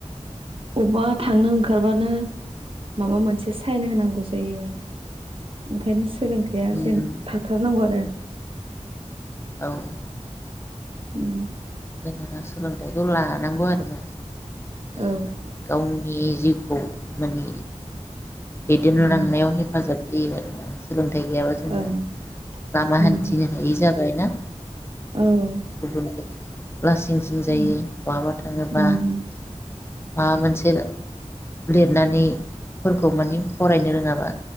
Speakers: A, on the right; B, on the left.
A: अबबा थांनो ओंखारबानो माबा मोनसे साइन होनांगौ जायो ओंखायनो सो लोंथाइया
B: उम
A: जेन थाथारनांगौ आरो
B: औ
A: उम
B: जोङो सोलोंथाइखौ लानांगौ आरोना बे
A: औ
B: माने गावनि बे जिउखौ माने दैदेन
A: उम
B: लांनायाव हेफाजाब होयो आरो सोलों थाइ गैयाबा जोङो
A: ओं
B: लामा
A: उम
B: हान्थिनो हायि जाबाय ना?
A: औ
B: गुबुनफोर लासिं सिं जायो
A: उम
B: बहाबा थाङोबा
A: उम
B: माबा मोनसे लिरनानैफोरखौ माने फरायनो रोङाबा